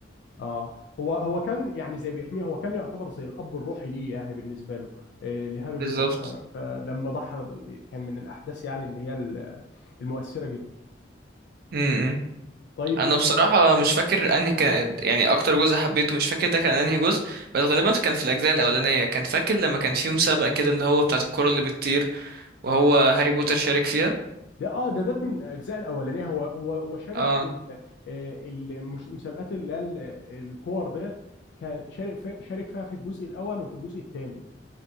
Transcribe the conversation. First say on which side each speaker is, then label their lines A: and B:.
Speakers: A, on the left (about 65°); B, on the right (about 55°).
A: اه هو هو كان يعني زي بيحميه هو كان يعتبر زي الأب الروحي ليه يعني بالنسبة له آه، لهاري
B: بالظبط
A: بوتر ف... فلما ضحى ب- كان من الأحداث يعني اللي هي ال- المؤثرة جدا
B: امم
A: طيب
B: انا
A: انت-
B: بصراحه مش فاكر انهي كان يعني اكتر جزء حبيته مش فاكر ده كان انهي جزء بس غالبا كان في الاجزاء الاولانيه كان فاكر لما كان في مسابقه كده اللي هو بتاعه الكره اللي بتطير وهو
A: اه
B: هاري بوتر شارك فيها
A: ده اه ده ده من الاجزاء الاولانيه هو هو هو شارك
B: اه
A: في ال- آه، المس- المسابقات اللي هي ال- الكور ديت كان شارك في شارك فيها في الجزء الاول وفي الجزء الثاني